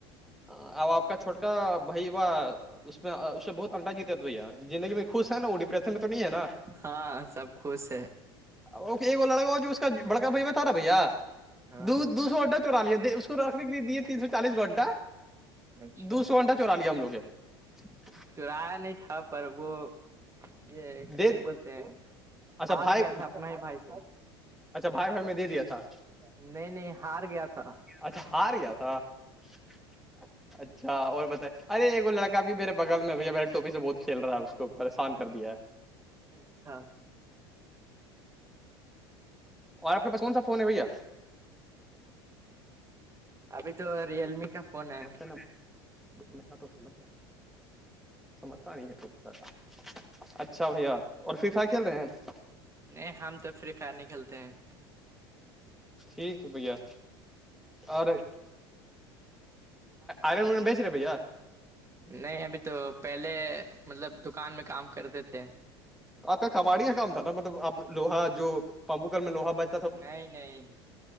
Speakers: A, in the centre; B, on the right.
A: اب آپ کا چھوٹکا بھائی و اس میں اس بہت انڈا جیتا تو بھیا زندگی میں خوش ہے نا وہ ڈپریشن میں تو نہیں ہے نا
B: ہاں سب خوش ہے
A: ا وہ لڑکا ہو جو اس کا بڑکا بھائیو تھا نا بھیا
B: ہاں
A: دو دو سو گھنٹہ چورا لیا اس کو رکھ ر کےے تین سو چالیس گھنڈہ
B: اچھا
A: دو سو گھنٹہ چورا لیا ہم لوگ نے <unintelligible>
B: چرایا نہیں تھا پر وہ یہ
A: دے
B: اچھی بولتے ہیں
A: اچھا
B: ہار
A: بھائی
B: گیا تھا اپنا ہی بھائی سے
A: اچھا بھائی بائی ہم نے دے دیا تھا
B: نہیں نہیں ہار گیا تھا
A: اچھا ہار گیا تھا <unintelligible> اچھا اور بتائے ارے وہ لڑکا بھی میرے بغل میں بھیا ب ٹوپی سے بہت کھیل رہا ہے اس کو پریشان کر دیا ہے
B: اچھا
A: اور آپ پاس کون سا فون ہے بھیا
B: ابھی تو ریئل می کا فون ہے
A: اچھا ماٹ م سمجھتا نہیں- اچھا بھیا اور فری فائی کھیل رہے ہیں-
B: نہیں ہم تو فری فائر نہیں کھیلتے ہیں-
A: ٹھیک ہے بھیا اورر- آر بیچ رہے بھار-
B: نہیں ابھی تو پہلے مطلب دکان میں کام کرتے تھے-
A: تو آ کا کباڑی کام تھا نا مطلب آپ لوہا جو پمپوکل میں لوہا بچ-
B: نہیں- نہیں-